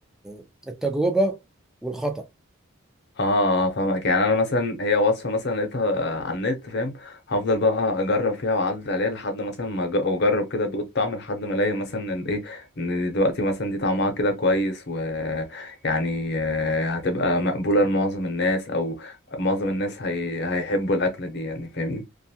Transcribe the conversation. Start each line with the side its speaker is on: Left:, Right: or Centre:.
Centre: آه، التجربه والخطأ
Left: اه آه، فاهمك يعني انا مثلا هي وصفه مثلا لقيتها آه، على النت فاهم هفضل بقى اجرب فيها واعدل عليها لحد مثلا ما أج- واجرب كده ادوق الطعم لحد ما الاقي مثلا ان ايه ان دلوقتي مثلا دي طعمها كده كويس ويعني آه، هتبقى مقبوله لمعظم الناس او معظم الناس هي... هيحبوا الاكله دي يعني فاهمني